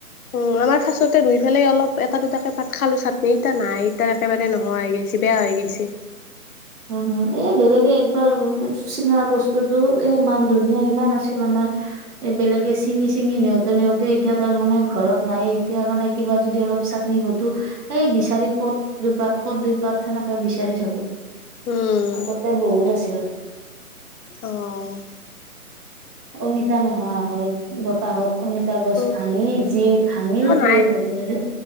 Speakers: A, on the left (about 70°); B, on the right (about 85°).
A: উম! আমাৰ ফাৰ্ষ্টটোতে ৰুই পেলাই অলপ এটা, দুটাকে পাত খালোঁ চাটনি। এতিয়া নাই এতিয়া একেবাৰে নহোৱা হৈ গৈ বেছি বেয়া হৈ গৈছে।
B: হুম হুম, এ, বেলেগে একবাৰ <unintelligible> চিঙা বস্তুটো এই মান ধুনীয়া ইমান আছিল আমাৰ। এ, বেলেগে চিঙি চিঙি নিওঁতে নিওঁতে এতিয়া তাৰমানে ঘৰত নাইয়ে, এতিয়া মানে কিবা যদি অলপ চা আনি বতো, এই বিচাৰি ক'ত দুইপাত ক'ত দুইপাত সেনেকে বিচাৰি থাকো।
A: উম
B: আগতে বহুত আছিল।
A: অ'
B: অমিতা নহোৱা হ'ল, বত তাহত অমিতা গছ
A: উম
B: ভাঙি যি ভাঙিল, সেই
A: নাই
B: ভাজে ভাজে,